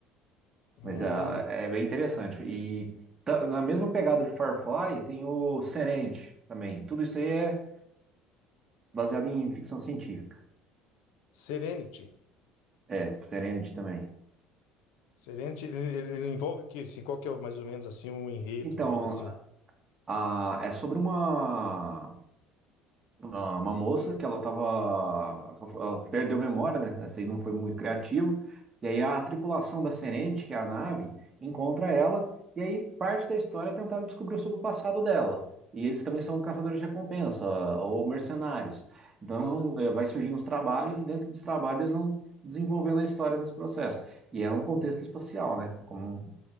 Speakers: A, on the left; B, on the right.
A: Hum,
B: mas é, é bem interessante. E tá- na mesma pegada de Firefly tem o Serenity também. Tudo isso aí é Baseado em ficção científica.
A: Serenity.
B: É, Serenity também.
A: Serenity, ele, ele- ele envolve o quê? Assim, qual que é o- mais ou menos assim o enredo
B: Então,
A: dele, assim?
B: a, é sobre uma, uma, uma moça que ela tava. Ela perdeu a memória, né? Essa aí não foi muito criativo. E aí a tripulação da Serenity, que é a nave, encontra ela. E aí parte da história é tentar descobrir sobre o passado dela. E eles também são caçadores de recompensa ou mercenários. Então, é, um, é, vai surgindo os trabalhos e dentro dos trabalhos eles vão desenvolvendo a história nesse processo. E é um contexto espacial, né? Como